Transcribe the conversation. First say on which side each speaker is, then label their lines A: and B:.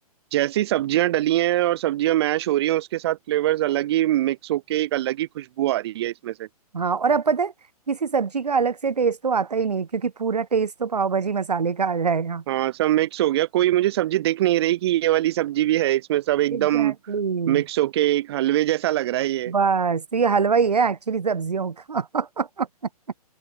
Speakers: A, on the right; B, on the right.
A: जैसी सब्जियां डली हैं और सब्जियां मैश हो रही हैं उसके साथ फ्लेवर्स अलग ही मिक्स होके एक अलग ही खुशबू आ रही है इसमें से
B: हाँ और अब पता है किसी सब्जी का अलग से टेस्ट तो आता ही नहीं क्योंकि पूरा टेस्ट तो पाव भाजी मसाले का आ जाएगा
A: हाँ सब मिक्स हो गया कोई मुझे सब्जी दिख नहीं रही कि ये वाली सब्जी भी है इसमें सब एकदम
B: एग्जैक्टली
A: मिक्स होके एक हलवे जैसा लग रहा है ये
B: बस तो ये हलवा ही है एक्चुअली सब्जियों का <laughs>